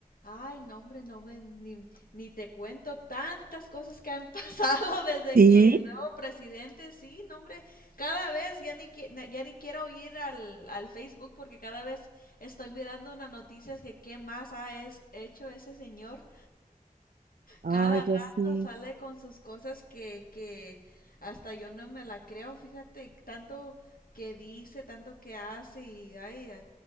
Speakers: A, on the left; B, on the right.
A: Ay, no, hombre, no me ni, ni te cuento tantas cosas que han <laughs> pasado desde
B: Sí,
A: que el nuevo presidente, sí, no, hombre, cada vez ya ni qui- na- ya ni quiero ir al, al Facebook porque cada vez estoy mirando unas noticias que qué más ha es- hecho ese señor.
B: Ay,
A: Cada rato
B: ya sé.
A: sale con sus cosas que, que hasta yo no me la creo, fíjate, tanto que dice, tanto que hace y ay, a-